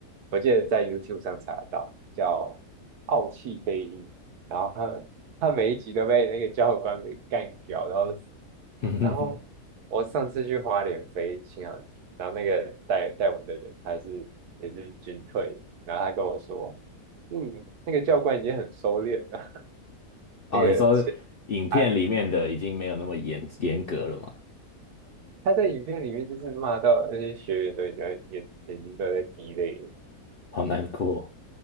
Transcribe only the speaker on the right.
我记得在 YouTube 上查得到，叫《傲气飞鹰》，然后他他每一集都被那个教官给干掉，然后
然后我上次去花莲飞新航机，然后那个带带我们的人他是也是军退的然后他跟我说，嗯，那个教官已经很收敛了，<laughs>
那个是
他他在影片里面就是骂到那些学员都已经在眼眼睛都在滴泪了，